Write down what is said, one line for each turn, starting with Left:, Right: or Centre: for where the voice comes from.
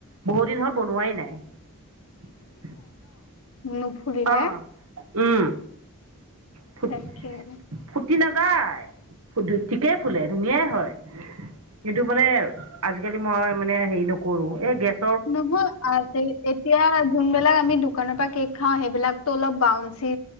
Right: বহু দিন হ'ল বনোৱাই নাই
Left: উ নুফুলিলে
Right: অ উম ফুট
Left: তাকে
Right: ফুটি নাযায় ঠিকেই ফুলে ধুনীয়াই হয় কিন্তু মানে আজিকালি মই মানে হেৰি নকৰো এ গেছ
Left: নহয় আঁ এতিয়া যোনবিলাক আমি দোকানৰ পৰা কেক খাওঁ সেইবিলাক টো অলপ বাউন্ঞ্চি